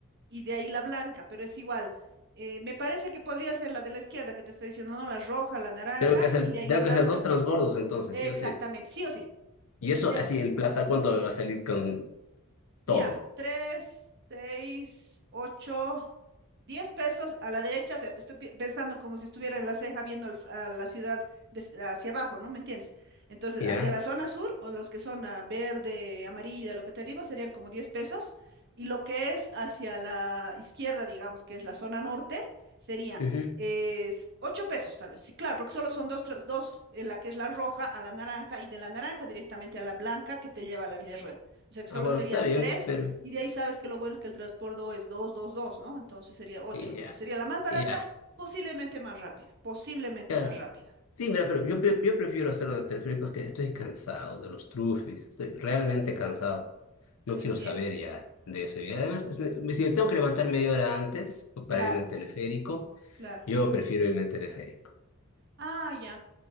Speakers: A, on the right (about 50°); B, on the left (about 80°).
A: y de ahí la blanca, pero es igual. Eh, me parece que podría ser la de la izquierda que te estoy diciendo, no, la roja, la naranja
B: Tengo que hacer,
A: y de ahí
B: tengo
A: la blanca.
B: que hacer dos transbordos entonces,
A: Exactamente,
B: sí o sí.
A: sí o sí.
B: Y eso
A: Del
B: así en plata, ¿cuánto me va a salir con
A: Ya,
B: todo?
A: tres, seis, ocho, diez pesos a la derecha. O sea, estoy pi- pensando como si estuviera en la ceja viendo al- a la ciudad de f- hacia abajo, ¿no? ¿Me entiendes? Entonces,
B: ¿Ya?
A: hacia la Claro. zona sur, o los que son ah, verde, amarilla, lo que te digo, serían como diez pesos. Y lo que es hacia la izquierda, digamos, que es la zona norte, sería
B: Ujú.
A: es ocho pesos tal vez. Sí, claro, porque solo son dos, tras- dos, eh, la que es la roja a la naranja y de la naranja directamente a la blanca que te lleva a la Villa o sea que
B: Ah,
A: solo
B: bueno,
A: serían
B: está bien,
A: tres
B: pero
A: y de ahí sabes que lo bueno es que el transbordo es dos, dos, dos, ¿no? Entonces sería ocho
B: y
A: nomás.
B: ya,
A: Sería la más barata,
B: y ya,
A: posiblemente más rápida, posiblemente
B: claro.
A: más rápida.
B: Sí, mira, pero yo, pre- yo prefiero hacerlo de teleféricos que estoy cansado de los trufis, estoy realmente cansado. No
A: Te
B: quiero
A: entiendo.
B: saber ya de ese viaje. Además, es- me- si me tengo que levantar media hora antes pues,
A: Claro,
B: para irme en teleférico,
A: claro.
B: yo prefiero irme en teleférico.
A: Ah, ya.